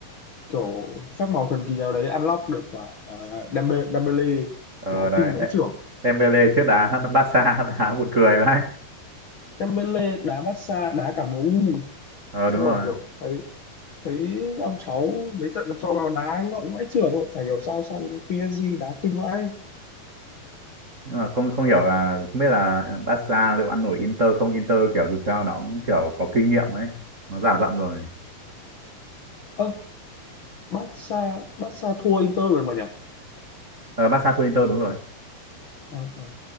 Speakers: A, on the left; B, on the right.
A: kiểu phép màu thần kỳ nào đấy unlock được quả uh, Dembe- Dembele
B: ờ
A: đá
B: đấy,
A: kinh vãi
B: đấy.
A: chưởng
B: Dembele trước đá Barca <laughs> đá buồn cười vậy
A: Dembele đá Barca đá cả em u
B: ờ
A: xong
B: đúng rồi
A: rồi kiểu thấy thấy ông cháu mấy trận được cho vào đá ngọng vãi chưởng rồi chả hiểu sao sang PSG đá kinh vãi
B: nhưng mà không không hiểu là không biết là Barca liệu ăn nổi Inter không Inter kiểu dù sao nó cũng kiểu có kinh nghiệm ấy nó già dặn rồi
A: ơ Barca Barca thua Inter rồi mà nhỉ
B: ờ, Barca thua Inter đúng rồi
A: à, à,